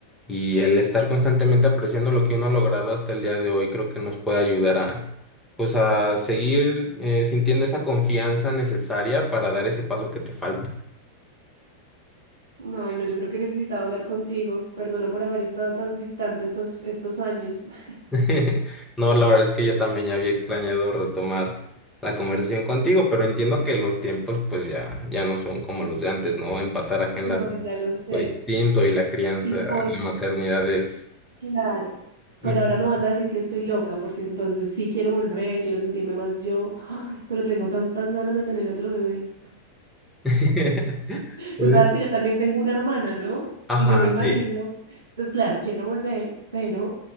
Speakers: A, in the centre; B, on the right (about 65°).
A: y el estar constantemente apreciando lo que uno ha logrado hasta el día de hoy, creo que nos puede ayudar a, pues, a seguir eh, sintiendo esa confianza necesaria para dar ese paso que te falta.
B: No, ay, no, yo creo que necesitaba hablar contigo. Perdona por haber estado tan distante estos, estos años. <laughs>
A: <laughs> No, la verdad es que yo también ya había extrañado retomar la conversación contigo, pero entiendo que los tiempos, pues, ya, ya no son como los de antes, ¿no? Empatar agendas
B: No,
A: es un
B: ya lo sé.
A: poco distinto y la crianza,
B: Y por,
A: la maternidad es
B: claro,
A: Ujú.
B: pero ahora me vas a decir que estoy loca, porque entonces sí quiero volver, quiero sentirme más yo, Ay, pero tengo tantas ganas de tener otro bebé.
A: <laughs> Pues,
B: Tú sabes que yo también tengo una hermana, ¿no?
A: ajá,
B: Y no me imagino.
A: sí.
B: Entonces, claro, quiero volver, pero